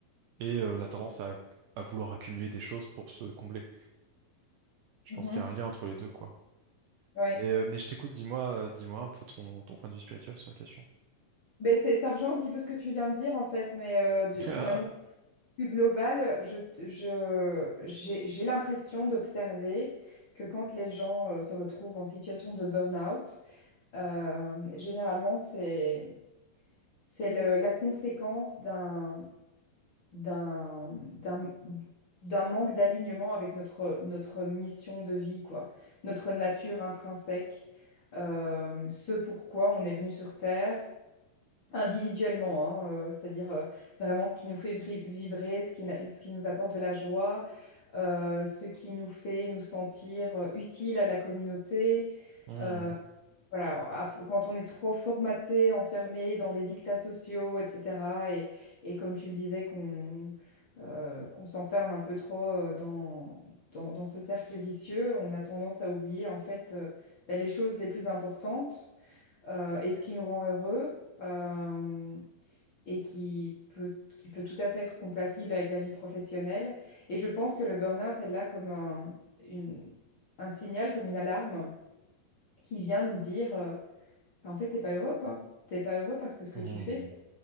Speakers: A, on the right (about 80°); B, on the left (about 60°).
A: et euh, la tendance à, à vouloir accumuler des choses pour se combler. Je
B: mhm,
A: pense qu'il y a un lien entre les deux, quoi.
B: ouais.
A: Mais, euh, mais je t'écoute, dis-moi, euh, dis-moi un peu ton, ton point de vue spirituel sur la question.
B: Ben, c'est, ça rejoint un petit peu ce que tu viens de dire, en fait, mais euh, d-
A: <laughs>
B: d'une manière plus globale, je, je, j'ai, j'ai l'impression d'observer que quand les gens euh, se retrouvent en situation de burn-out, euh, généralement, c'est, c'est le- la conséquence d'un d'un, d'un, d'un manque d'alignement avec notre, notre mission de vie, quoi, notre nature intrinsèque, euh, ce pourquoi on est venu sur Terre. individuellement, hein, euh, c'est-à-dire euh, vraiment ce qui nous fait vri- vibrer, ce qui, na- ce qui nous apporte de la joie, euh, ce qui nous fait nous sentir euh, utiles à la communauté,
A: Mmh,
B: euh, voilà, ap- quand on est trop formaté, enfermé dans des dictats sociaux, etc., et, et comme tu le disais, qu'on euh, qu'on s'enferme un peu trop euh, dans, dans, dans ce cercle vicieux, on a tendance à oublier en fait euh, ben, les choses les plus importantes euh, et ce qui nous rend heureux euh, et qui peut, qui peut tout à fait être compatible avec la vie professionnelle. Et je pense que le burn-out est là comme un, une- un signal, comme une alarme qui vient nous dire... euh, bah, en fait, t'es pas heureux, quoi. T'es pas heureux parce que ce que
A: mmh.
B: tu fais, c'est